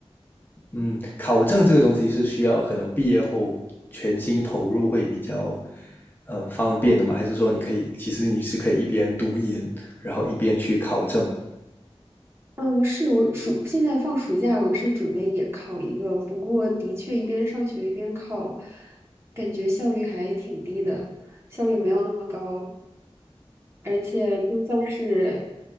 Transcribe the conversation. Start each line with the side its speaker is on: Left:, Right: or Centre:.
Left: 嗯，考证这个东西是需要可能毕业后全心投入会比较，嗯方便的吗？还是说你可以，其实你是可以一边读研，然后一边去考证？
Right: 嗯，是我暑现在放暑假，我是准备也考一个，不过的确一边上学一边考，感觉效率还挺低的，效率没有那么高，而且就算是